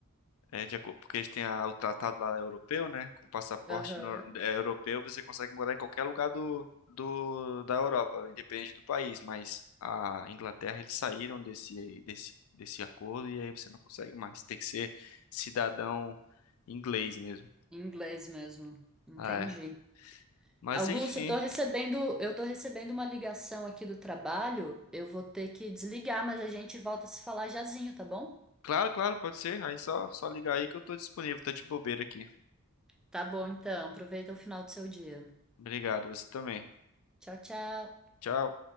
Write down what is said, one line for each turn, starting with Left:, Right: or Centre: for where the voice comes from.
Left: é, de acordo, porque eles têm a- o tratado lá europeu, né? Com passaporte
Centre: Aham,
Left: nor- é, europeu, você consegue morar em qualquer lugar do, do, da Europa, independente do país. Mas a Inglaterra, eles saíram desse, desse, desse acordo e aí você não consegue mais. Tem que ser cidadão inglês mesmo.
Centre: Em Inglês mesmo. Entendi.
Left: Ah, é. Mas
Centre: Augusto,
Left: enfim.
Centre: eu tô recebendo, eu tô recebendo uma ligação aqui do trabalho. Eu vou ter que desligar, mas a gente volta a se falar jazinho, tá bom?
Left: Claro, claro, pode ser. Aí só, só ligar aí que eu tô disponível. Tô de bobeira aqui.
Centre: Tá bom, então. Aproveita o final do seu dia.
Left: Obrigado, você também.
Centre: Tchau, tchau.
Left: Tchau.